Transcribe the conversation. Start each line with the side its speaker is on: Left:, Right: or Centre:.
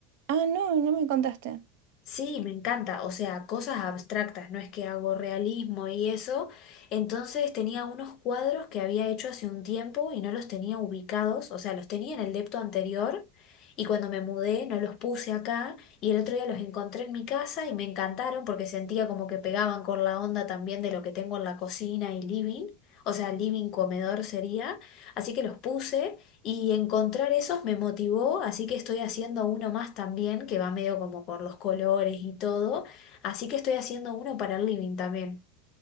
Right: Ah, no, no me contaste.
Left: Sí, me encanta, o sea, cosas abstractas, no es que hago realismo y eso. Entonces tenía unos cuadros que había hecho hace un tiempo y no los tenía ubicados, o sea, los tenía en el depto anterior y cuando me mudé no los puse acá y el otro día los encontré en mi casa y me encantaron porque sentía como que pegaban con la onda también de lo que tengo en la cocina y living, o sea, living comedor sería, así que los puse. Y encontrar esos me motivó, así que estoy haciendo uno más también, que va medio como por los colores y todo. Así que estoy haciendo uno para el living también.